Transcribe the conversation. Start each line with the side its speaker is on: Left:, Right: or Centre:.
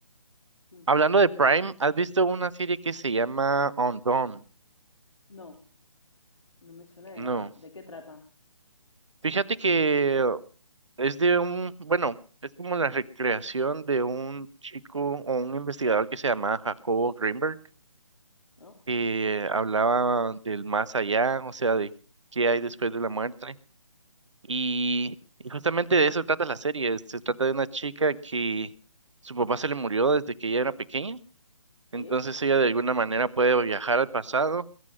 Left: Mm.
Right: Hablando de Prime, ¿has visto una serie que se llama On Dawn?
Left: No, no me suena de
Right: No.
Left: nada. ¿De qué trata?
Right: Fíjate que Es de un, bueno, es como la recreación de un chico o un investigador que se llamaba Jacobo Greenberg,
Left: ¿No?
Right: que hablaba del más allá, o sea, de qué hay después de la muerte. Y, y justamente de eso trata la serie. Se trata de una chica que su papá se le murió desde que ella era pequeña. Entonces
Left: Sí,
Right: ella de alguna manera puede viajar al pasado